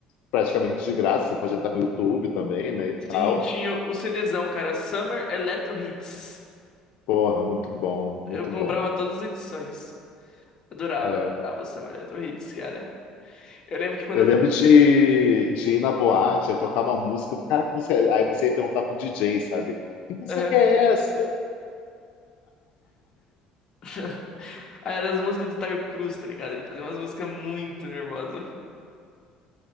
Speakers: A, on the left; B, on the left.
A: praticamente de graça, você pode entrar no YouTube também, né? E tal.
B: Sim, tinha o CDzão, cara. Summer Electro Hits.
A: Porra, muito bom, muito
B: Eu comprava
A: bom.
B: todas as edições. Adorava,
A: É,
B: adorava o Summer Night Hits, cara. Eu lembro que quando
A: Eu
B: eu.
A: lembro de, de ir na boate, aí tocar uma música, cara, que música é? Aí você ia perguntar pro DJ, sabe? Que música
B: Aham.
A: que é essa?
B: <laughs> Aí eram as músicas do Taio Cruz, tá ligado? Ele fazia umas músicas muito nervosas.